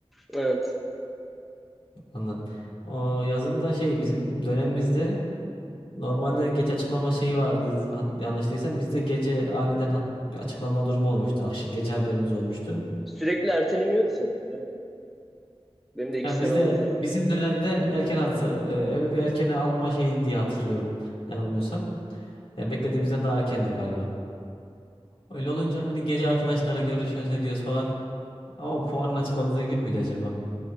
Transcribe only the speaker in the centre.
evet.
Sürekli erteleniyordu sanırım ya. Benim de iki
sene
oldu tabii.